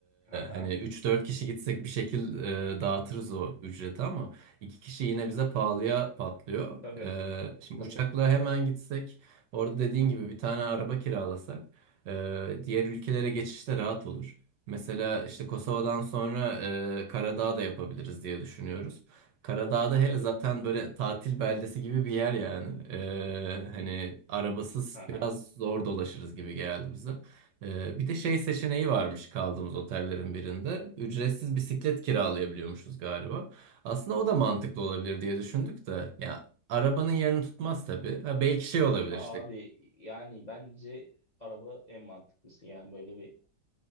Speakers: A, on the left (about 40°); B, on the right (about 70°).
A: Haha.
B: hani üç dört kişi gitsek bir şekil e, dağıtırız o ücreti ama iki kişi yine bize pahalıya patlıyor.
A: Tabii.
B: E, şimdi
A: Tabii.
B: uçakla hemen gitsek orada dediğin gibi bir tane araba kiralasak ee, diğer ülkelere geçişte rahat olur. Mesela işte Kosova'dan sonra e, Karadağ da yapabiliriz diye düşünüyoruz. Karadağ'da hele
A: Tabii.
B: zaten böyle tatil beldesi gibi bir yer yani. Ee, hani arabasız
A: Haha.
B: biraz zor dolaşırız gibi geldi bize. Ee, bir de şey seçeneği varmış kaldığımız otellerin birinde. Ücretsiz bisiklet kiralayabiliyormuşuz galiba. Aslında o da mantıklı olabilir diye düşündük de. Ya arabanın yerini tutmaz tabii. Ha, belki şey olabilir
A: Abi
B: işte.
A: yani bence araba en mantıklısı. Yani böyle bir